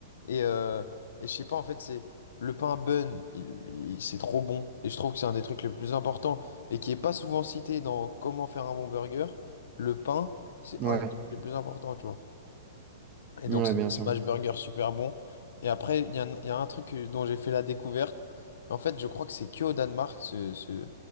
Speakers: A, on the left; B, on the right.
A: Et, euh, et je sais pas, en fait, c'est le pain bun, il, il- c'est trop bon. Et je trouve que c'est un des trucs les plus importants et qui est pas souvent cité dans comment faire un bon burger. Le pain, c'est
B: Ouais,
A: un des trucs les plus importants, tu vois. Et
B: ouais,
A: donc, c'est
B: bien
A: des Smash
B: sûr.
A: burgers super bons. Et après, il y a, un il y a un truc que- dont j'ai fait la découverte. En fait, je crois que c'est que au Danemark, ce, ce,